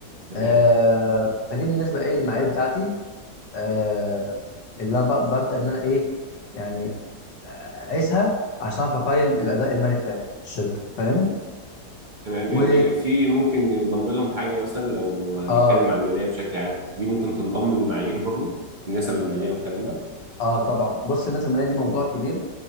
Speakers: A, on the right (about 35°); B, on the left (about 75°).
A: تمام
B: آه فدي بالنسبه ايه للمعايير بتاعتي آه اللي أنا ب- ببدا ان انا ايه يعني آه، اقيسها عشان اعرف اقيم الاداء
A: مم.
B: المالي بتاعي في الشركه فاهم
A: تمام
B: و
A: يعني في ممكن ينضم لهم حاجة مثلا لو هنتكلم
B: اه
A: عن المالية بشكل عام دي ممكن تنضم للمعايير برضو النسب المالية والكلام ده
B: اه طبعا بص الناس الماليه دي موضوع
A: اه
B: كبير